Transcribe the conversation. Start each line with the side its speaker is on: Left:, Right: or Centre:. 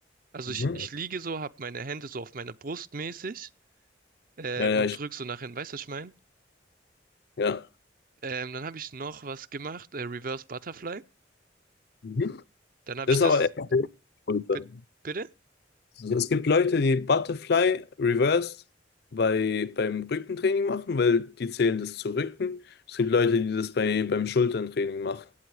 Right: Also
Left: Mhm.
Right: ich, ich liege so, habe meine Hände so auf meiner Brust mäßig äh,
Left: Ja. Ja,
Right: und
Left: ja, ich,
Right: drück so nach hinten, weißt du, was ich mein?
Left: ja.
Right: Ähm, dann habe ich noch was gemacht, äh, Reverse Butterfly.
Left: Mhm.
Right: Dann habe
Left: Das
Right: ich das,
Left: ist aber eher Schulter.
Right: bi- bitte?
Left: Also Es gibt Leute, die Butterfly Reversed bei, beim Rückentraining machen, weil die zählen das zu Rücken. Es gibt Leute, die das bei, beim Schulterntraining machen.